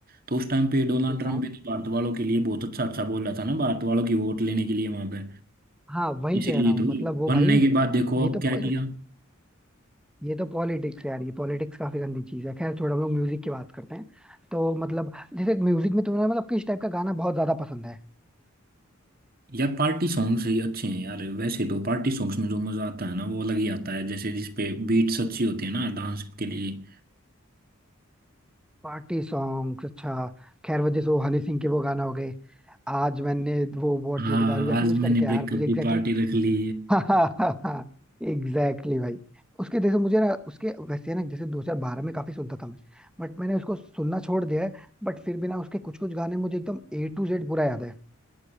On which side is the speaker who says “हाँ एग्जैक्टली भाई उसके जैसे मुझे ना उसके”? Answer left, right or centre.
Centre